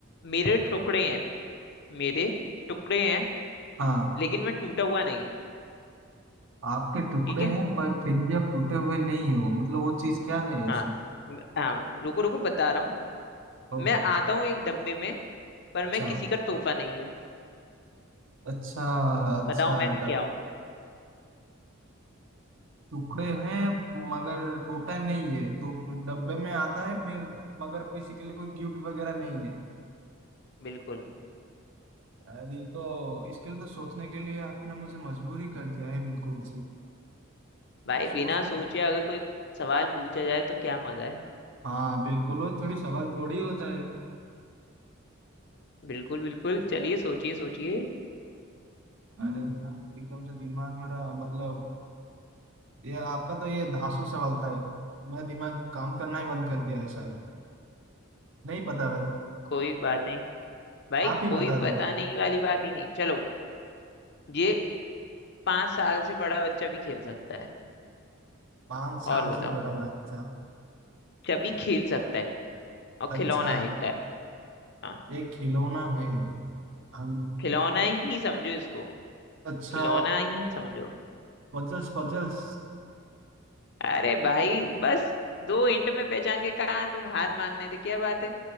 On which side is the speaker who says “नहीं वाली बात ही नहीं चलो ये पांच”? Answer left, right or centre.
Left